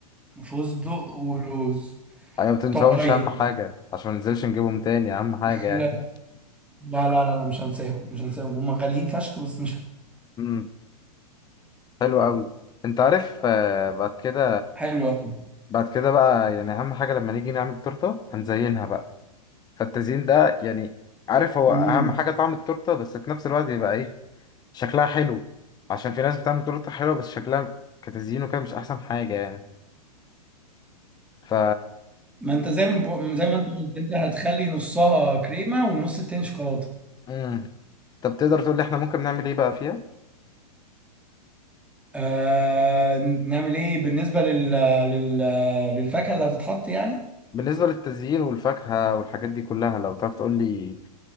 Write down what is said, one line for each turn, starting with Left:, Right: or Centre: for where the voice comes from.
Centre: فستق ولوز
Left: يعني ما تنساهمش
Centre: طيب
Left: اهم حاجة عشان ما ننزلش نجيبهم تاني اهم حاجة
Centre: لا
Left: يعني
Centre: لا لا لا, لا مش هنساهم مش هنساهم هم غاليين فشخ بس مش
Left: <laughs> امم حلو قوي انت عارف آه، بعد كده
Centre: حلو قوي
Left: بعد كده بقى يعني اهم حاجه لما نيجي نعمل تورته هنزينها بقى فالتزيين ده يعني عارف هو
Centre: امم
Left: اهم حاجه طعم التورته بس في نفس الوقت يبقى ايه شكلها حلو عشان في ناس بتعمل تورته حلوه بس شكلها كتزيين وكده مش احسن حاجه يعني ف
Centre: ما انت زي ما بقو- زي ما انت قلت انت هتخلي نصها كريمه والنص التاني شوكولاته
Left: امم طب تقدر تقول لي احنا ممكن نعمل ايه بقى فيها
Centre: آه نعمل ايه بالنسبه لل... لل... للفاكهه اللي هتتحط يعني
Left: بالنسبه للتزيين والفاكهه والحاجات دي كلها لو تعرف تقول لي